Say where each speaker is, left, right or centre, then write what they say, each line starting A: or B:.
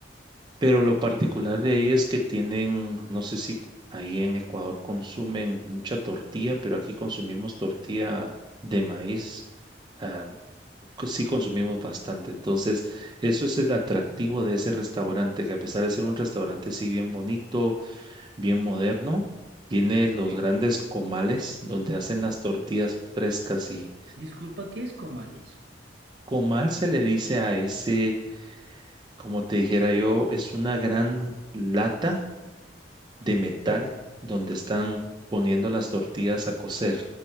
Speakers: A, on the right; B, on the right.
A: pero lo particular de ahí es que tienen, no sé si ahí en Ecuador consumen mucha tortilla, pero aquí consumimos tortilla de maíz. ah, co- sí consumimos bastante. Entonces, eso es el atractivo de ese restaurante, que a pesar de ser un restaurante sí bien bonito, bien moderno, tiene los
B: ok.
A: grandes comales donde hacen las tortillas frescas y
B: Disculpa, ¿qué es comales?
A: comal se le dice a ese, como te dijera yo, es una gran lata de metal donde están poniendo las tortillas a cocer.